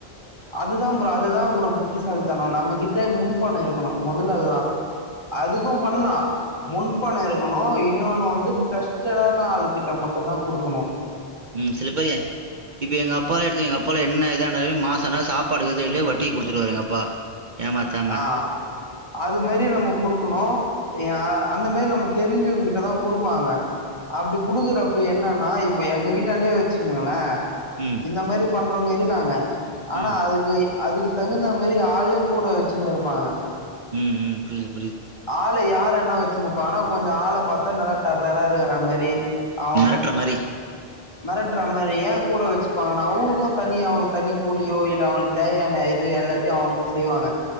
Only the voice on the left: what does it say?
அதுதா ப்ரோ அதுதா ப்ரோ புத்திசாலிதனோ நம்மகிட்ட முன்பணோ இருக்கணு முதல்ல அதுதா அதுக்கு பண்லா முன்பணோ இருக்கணு இன்னொன்னு வந்து ட்ரஸ்டடான ஆள்கிட்ட மட்டுந்தா குடுக்கணு
ஆ அது மேரி நம்ம குடுக்கணு ஏ அந்த மேரி நம்ம தெரிஞ்சவங்கிட்டதா குடுப்பாங்க அப்டி குடுக்கற அப் இப்ப என்னன்னா இப்ப எங்க வீட்டாண்டேயே எச்சிக்கங்களே
இந்த மாரி பண்றவங்க இருக்காங்க ஆனா
அதுக்கு அதுக்கு தகுந்த மேரி ஆளையு கூட வெச்சின்னு இருப்பாங்க
ஆள யாருன்னா வெச்சின்னுப்பானா கொஞ்சோ ஆள பாத்தா நல்லா டேரரா இருக்குற மேரி அவுங்
மெரட்ற மாரி ஏ கூட வெச்சிப்பாங்கன்னா அவுங்களுக்கு தனி அவுனு தனி கூலியோ இல்ல அவுனுக் தேவயான இது எல்லாத்தயு அவனுக்கு செய்வாங்க